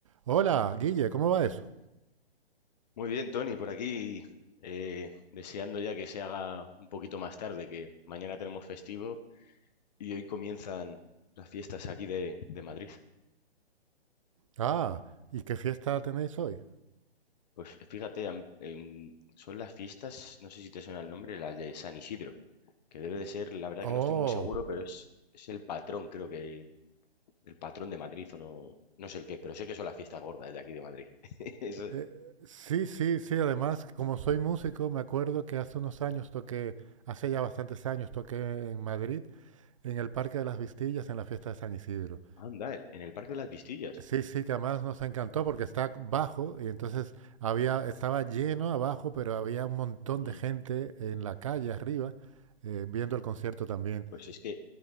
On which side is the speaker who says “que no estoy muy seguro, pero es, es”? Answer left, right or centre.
Left